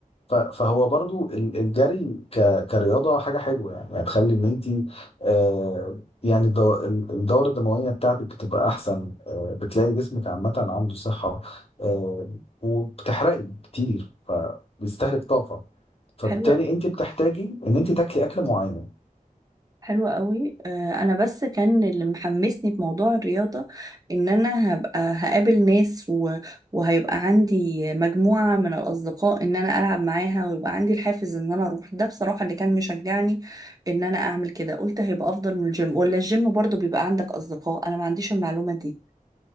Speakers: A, on the left (about 45°); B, on the right (about 25°).
A: ف- فهو برضه ال- الجري ك- كرياضه حاجه حلوه يعني هتخلي ان انت آه يعني الدو- ال- الدوره الدمويه بتاعتك بتبقى احسن آه بتلاقي جسمك عامه عنده صحه آه وبتحرقي كتير فبيستهلك طاقه فبالتالي
B: حلو
A: انت بتحتاجي ان انت تاكلي اكل معين
B: حلوة قوي آه، انا بس كان اللي محمسني بموضوع الرياضة ان انا هبقى هقابل ناس و... وهيبقى عندي مجموعة من الاصدقاء ان انا العب معاها ويبقى عندي الحافز ان انا اروح ده بصراحة اللي كان مشجعني ان انا اعمل كده قلت هيبقى افضل من الجيم ولا الجيم برضو بيبقى عندك اصدقاء انا ما عنديش المعلومة دي